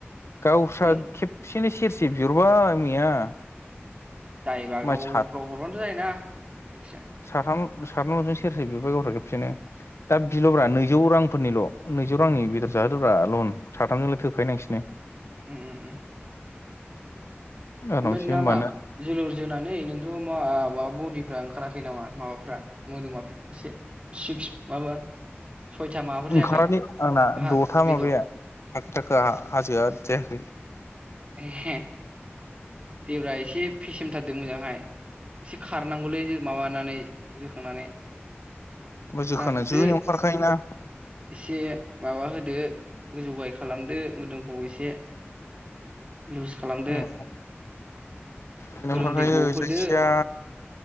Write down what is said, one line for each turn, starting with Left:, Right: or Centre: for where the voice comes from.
Left: गावस्रा
Right: उम
Left: खेबसेनो सेरसे बिहरबाय मैया
Right: जायोबा
Left: मानसि
Right: गाव
Left: साथाम
Right: गाव हरबानोथ' जायोना जायखिया
Left: साथाम साथामजों सेरसे बिहरबाय गावस्रा खेबसेनो दा बिल'ब्रा नैजौ रांफोरनिल' नैजौ रांनि बेदर जाहोदोब्रा लन साथामजोंलाय थोखायो नोसिनो
Right: उम उम उम
Left: आरामसे
Right: ओमफाय नोंना
Left: होमबानो
Right: मा जोलुर जोनानै नोंथ' मा माबा बडिफ्रा ओंखाराखै नामा माबाफ्रा मोदोमा एसे सिक्स माबा सयथा माबाफोर जायाखै
Left: ओंखारालोय आंना
Right: हा
Left: दथा
Right: बेदर
Left: माबाया थाखो थाखो हाजोआ जायाखै
Right: ए देब्रा एसे फेसेमथारदों मोजांहाय एसे खारनांगौलै माबानानै जोखांनानै
Left: जोखांनानै
Right: खारदो
Left: जोनायावनो खारखायोना
Right: एसे माबा होदो गोजौ गाहाय मोदोमखौ एसे लुज खालामदो
Left: उम जोनायावनो
Right: गोलोमदै
Left: खारखायो
Right: गहोदो।
Left: जायखिया